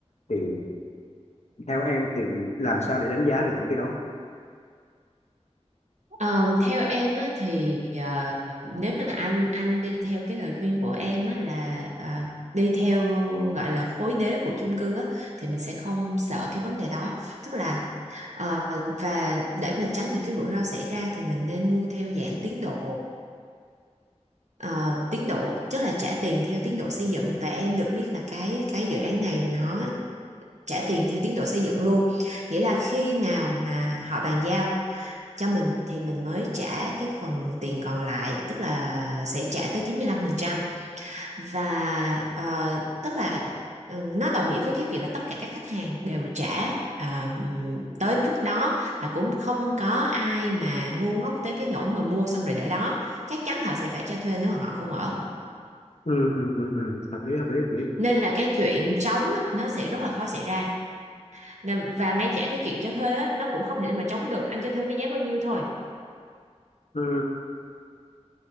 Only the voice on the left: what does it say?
thì theo em thì làm sao để đánh giá được những cái đó
ừ, ừ, ừ, ừ. hợp lý hợp lý hợp lý
ừ,